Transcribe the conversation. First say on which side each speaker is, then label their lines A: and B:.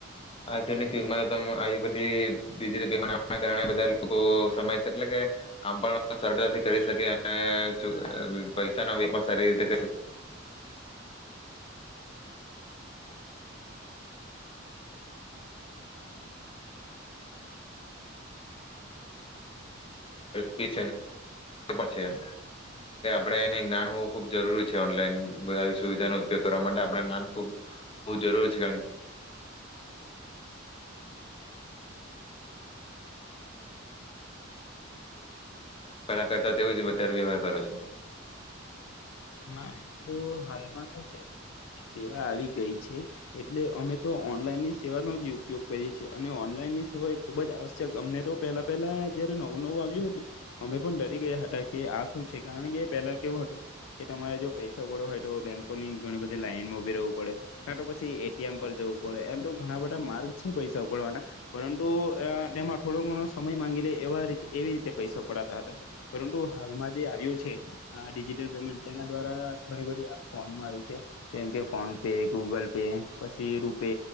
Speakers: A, on the left; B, on the left.
A: આધુનિક યુગમાં ત આ બધી ડિજિટલ પેમેન્ટ બા લોકો સમ એટલે કામ પણ સરતાથી કરી શકે અને <unintelligible> પૈસા નો <unintelligible> વે પણ સારી રીતે કરી શકે <unintelligible> આપણે એને જ્ઞાન હોવું ખૂબ જરૂરી છે ઓનલાઈન બધ સુવિધાનો ઉપયોગ કરવા માટે આપાન જ્ઞાન ખૂબ જરૂરી છે. <unintelligible> વધારે વ્યવહાર કરો છો?
B: ના એમ તો હાલમાં શું છે ઓનલાઈનની સેવા આવી ગઈ છે એટલે અમે તો ઓનલાઈન ની સેવાનો જ ઉપયોગ કરીએ છે અને ઓનલાઈન ની સેવા એ ખુબ જ આવશ્યક અમને તો પેલા પેલા જયારે નવું નવું આવ્યું હતું અમે પણ ડરી ગયા હતા કે આ શું છે કારણ કે પેલા કેવું હતું કે તમારે જો પૈસા ઉપડવો હોય તો બેન્કોની ઘણી બધી લાઈનમાં ઉભી રહેવું પડે કારાં તો પછી એટીએમ પર જવું પડે એમ તો ઘણા બધા માર્ગ છે પૈસા ઉપડવાના પરંતુ તેમાં થોડો ઘણો સમય માંગી લે એવા એવી રીતે પૈસા ઉપડાતા હતા પરંતુ હાલમાં જે આવ્યું છે ડિજિટલ પેમેન્ટ એના દ્વારા ઘણી બધી એપ ફોનમાં આવી છે. જેમ કે ફોન પે, ગૂગલ પે પછી રૂપે